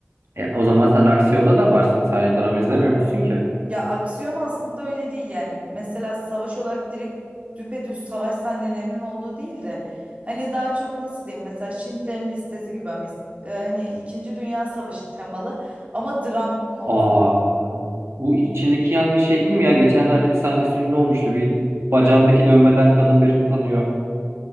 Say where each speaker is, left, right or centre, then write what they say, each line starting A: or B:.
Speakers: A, on the right; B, on the right.
A: E, o zaman sen aksiyonda da varsın. Sadece drama izlemiyormuşsun ki.
B: Ya aksiyon aslında öyle değil yani. Mesela savaş olarak direkt düpedüz savaş sahnelerinin olduğu değil de hani daha çok nasıl diyeyim mesela Schindler'in Listesi gibi hani, e, hani İkinci Dünya Savaşı temalı ama dram konusu.
A: Aa, bu içindeki yangın şey değil mi ya? Geçenlerde bir sahnesi ünlü olmuştu. Bir bacağındaki dövmeden kadın birini tanıyor.